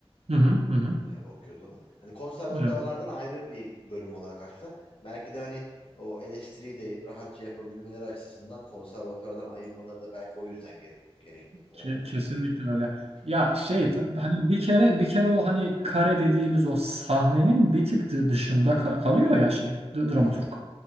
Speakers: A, on the right; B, on the left.
A: Hı hı, hı hı.
B: e, okuyordu onu. Hani konservatuvarlardan
A: Evet.
B: ayrı bir bölüm olarak açtılar. Belki de hani o eleştiriyi de rahatça yapabilmeleri açısından konservatuvardan ayırmaları da belki o yüzden gere- gerekli oldu.
A: Ke- Kesinlikle
B: Bilmiyorum artık.
A: öyle. Ya şey
B: Yani.
A: ta- hani bir kere bir kere o hani kare dediğimiz o sahnenin bir tık dı- dışında ka- kalıyor ya şey d-
B: Hı
A: dramaturg.
B: hı.